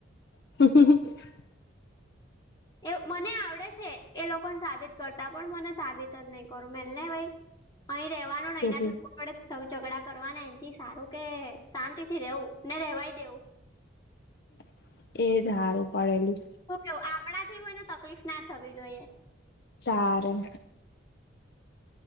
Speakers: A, on the left; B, on the left.
A: <unintelligible>
B: એ મને આવડે છે એ લોકોને સાબિત કરતા પણ મને સાબિત જ નહી કરું મેલને ભાઈ. અહી રેવાનું
A: તેથી
B: નહી <unintelligible> આપડે ઝઘડા કરવાને એનથી સારું કે શાંતિ થી રેવું ને રેવાય દેવું
A: <inaudible> એજ સારું પડે એલી
B: જો આપડા થી કોયને તકલીફ ના થવી જોઈએ
A: સારું